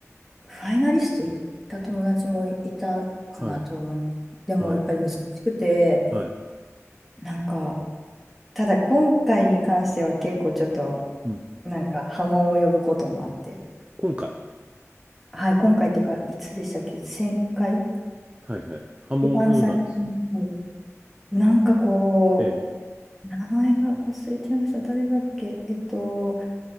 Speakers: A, in the centre; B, on the right (about 20°).
A: ファイナリスト行った友達もいたかなと思う。
B: はい、
A: でもやっぱり難しくて、
B: はい、はい、
A: なんか、ただ今回に関しては結構ちょっと、
B: うん。
A: なんか波紋を呼ぶこともあって。
B: 今回、
A: はい、今回っていうか、いつでしたっけ ?1000 回
B: はい、はい。波紋を読んだんですか
A: 一番最近。はいなんかこ
B: ええ、
A: う、名前が忘れちゃいました。誰だっけえっと、